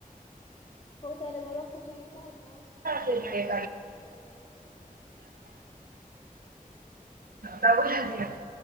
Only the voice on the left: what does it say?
ହଉ ତାହେଲେ ମୁଁ ରଖୁଛି ଟା ଟା।